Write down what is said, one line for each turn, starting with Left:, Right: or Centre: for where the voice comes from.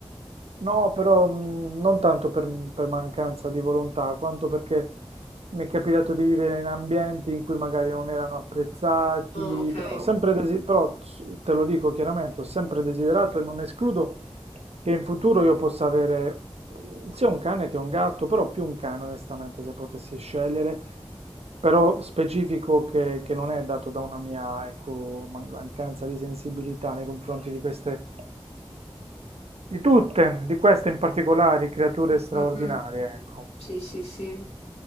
Right: No, però mh, non tanto per, per mancanza di volontà, quanto perché mi è capitato di vivere in ambienti in cui magari non erano apprezzati,
Left: Oh, ok.
Right: però, ho sempre desi- però s- te lo dico chiaramente, ho sempre desiderato e non escludo che in futuro io possa avere mh, sia un cane che un gatto, però più un cane onestamente se potessi scegliere, però specifico che, che non è dato da una mia, ecco, man- mancanza di sensibilità nei confronti di queste, di tutte, di queste in particolare, creature straordinarie,
Left: Mm, mm. mm.
Right: ecco.
Left: Sì, sì, sì.